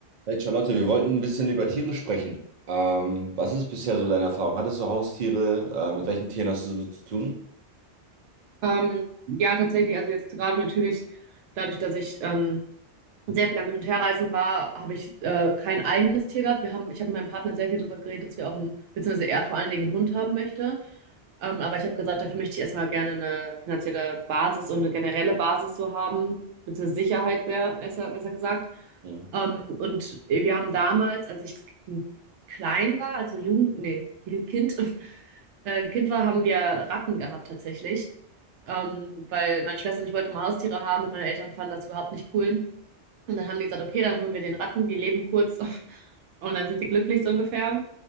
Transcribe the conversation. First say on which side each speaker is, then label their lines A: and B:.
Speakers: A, on the right (about 50°); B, on the right (about 85°).
A: Hey Charlotte, wir wollten ein bisschen über Tiere sprechen. Ähm, was ist bisher so deine Erfahrung? Hattest du Haustiere? Äh, mit welchen Tieren hast du so zu tun?
B: Ähm, ja, tatsächlich, also jetzt gerade natürlich dadurch, dass ich ähm, sehr viel am Hin- und Herreisen war, habe ich äh, kein eigenes Tier gehabt. Wir haben, ich habe mit meinem Partner sehr viel darüber geredet, dass wir auch einen, beziehungsweise er vor allen Dingen einen Hund haben möchte. Ähm, aber ich habe gesagt, dafür möchte ich erstmal gerne eine finanzielle Basis und eine generelle Basis so haben, beziehungsweise Sicherheit wär, besser, besser gesagt.
A: Hm.
B: Ähm, und wir haben damals, als ich klein war, also Jugend, nee, Kind, <laughs> äh, Kind war, haben wir Ratten gehabt tatsächlich. Ähm, weil meine Schwester und ich wollten immer Haustiere haben und meine Eltern fanden das überhaupt nicht cool. Und dann haben die gesagt, okay, dann holen wir den Ratten, die leben kurz <laughs> und dann sind sie glücklich so ungefähr.